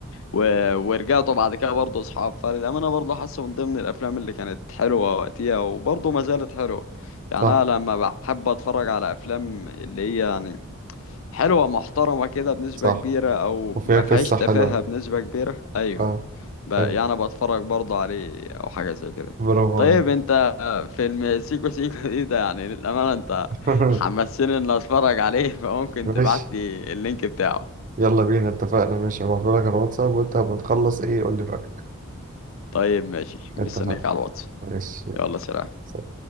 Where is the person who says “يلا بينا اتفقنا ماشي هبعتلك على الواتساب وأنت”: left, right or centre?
Right